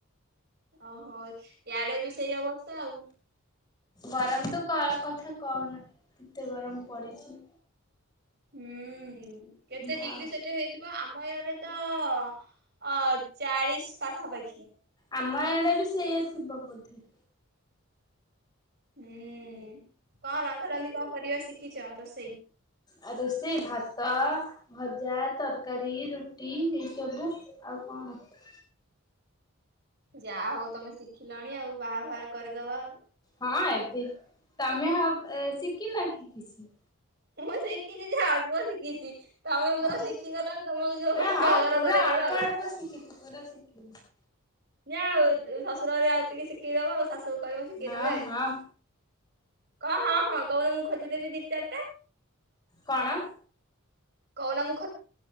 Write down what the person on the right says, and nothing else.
ଓହୋ ଏଆଡେ ବି ସେଇ ଅବସ୍ଥା ଆଉ।
ହୁଁ କେତେ
ଡିଗ୍ରୀ ସେଠା ହେଇ ଆମ ଇଆଡେ ତ ଅ ଚାଳିଶ ପାଖାପାଖି।
ହୁଁ। ହୁଁ କଣ ରନ୍ଧା ରନ୍ଧି କଣ କରିବ? ଶିକିଚ ରୋଷେଇ?
ଯାହା ହଉ ତମେ ଶିଖିଲଣି ଆଉ ବାହା ବାହା କରିଦବା ଆଉ।
ମୁଁ ଶିଖିଛି ଯେ ଅଳପ ଶିଖିଛି। ତମେ ପୁରା
ଶିଖିଗଲଣି ତମକୁ ଯୋଉ
ବାହାଘର
କରେଇଦବା
ଆଉ।
ଯ ଆଉ ଶ୍ୱଶୁରରେ ଆଉ ଟିକେ ଶିଖେଇଦବ ଆଉ। ଶାଶୁ କହିବ ସିକେଇ
ଦେବେ
। ହଁ ହଁ କହୁନ ମୁଁ ଖୋଜିଦେବି ଦି ଚାରିଟା।
କହୁନା ମୁ